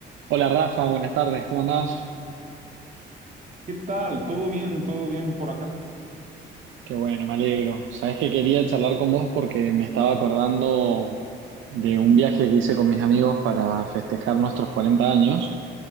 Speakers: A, on the right; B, on the right.
A: Hola Rafa, buenas tardes, ¿cómo andás?
B: ¿Qué tal? ¿Todo bien? ¿Todo bien por acá?
A: Qué bueno, me alegro. Sabés que quería charlar con vos porque me estaba acordando de un viaje que hice con mis amigos para festejar nuestros 40 años